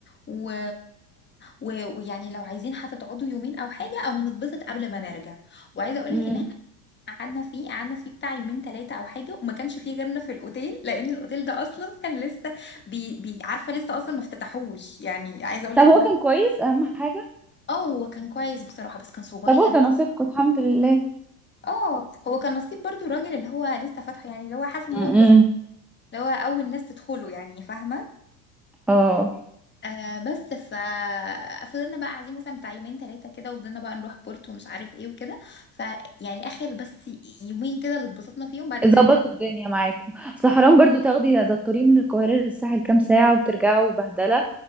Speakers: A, on the left; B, in the centre.
A: و... و... ويعني لو عايزين حتى تقعدوا يومين او حاجه او نتبسط قبل ما نرجع وعايزه اقول
B: امم
A: لك ان احنا قعدنا فيه قعدنا فيه بتاع يومين ثلاثه او حاجه وما كانش فيه غيرنا في الاوتيل لان الاوتيل ده اصلا كان لسه بي... بي... عارفه لسه اصلا ما افتتحوش يعني عايزه اقول
B: طب
A: لك
B: هو
A: هو
B: كان كويس اهم حاجة
A: اه هو كان كويس بصراحه بس كان صغير
B: طب هو كان نصيبكم الحمد لله
A: اه هو كان نصيب برضو الراجل اللي هو لسه فاتحه يعني اللي هو حاسس ان
B: امم
A: هو اتبسط اللي هو اول ناس تدخله يعني فاهمه
B: اه
A: آه بس ف فضلنا بقى قاعدين مثلا بتاع يومين ثلاثة كده وفضلنا بقى نروح بورتو ومش عارف ايه وكده فيعني اخر بس يومين كده اللي اتبسطنا فيهم بعد كده
B: ظبطوا
A: رجعنا
B: الدنيا معاكم اصل حرام برضو تاخدي ده الطريق من القاهرة للساحل كام ساعة وترجعوا بهدلة